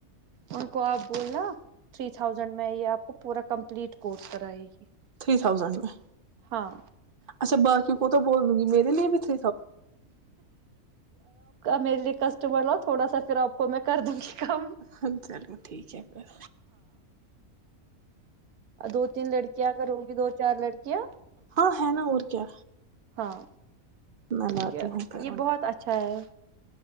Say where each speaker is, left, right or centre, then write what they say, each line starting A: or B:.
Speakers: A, on the right; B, on the right.
A: ان کو آپ بولنا تھری تھاؤزینڈ میں یہ آپ کو پورا کمپلیٹ کورس کرائے گی
B: تھری تھاؤزنڈ میں
A: ہاں
B: اچھا باقی کو تو بول دوں گ میرے لی بھی تھ
A: میرے لیے ک تو بڑ لو تھوڑا سا پھر آپ کو میں کر دوں گی کم
B: ہ چلو ٹھیک ہے پھر
A: اور دو تین لڑکیاں اگر ہو گی دو چار لڑکیاں
B: ہاں ہے نا اور کیا
A: ہاں
B: میں لاتی
A: ٹ ہے
B: ہوں پھر
A: یہ
B: ان
A: بہت
B: کو
A: اچھا ہے